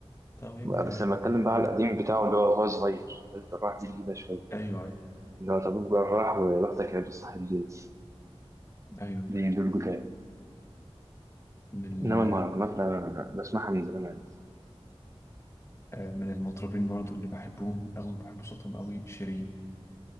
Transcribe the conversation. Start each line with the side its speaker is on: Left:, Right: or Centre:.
Left: طبيب جراح
Right: بس لما اتكلم بقى على القديم بتاعه اللي هو وهو صغير قلت راح دي جديده شويه
Left: ايوه ايوه
Right: اللي هو طبيب جراح وبختك يا صاحب البيت
Left: ايوه
Right: دي دول جداد
Left: من
Right: انما المهرجانات انا بسمعها من زمان عادي.
Left: آه، من المطربين برضو اللي بحبهم أوي بحب صوتهم أوي شيرين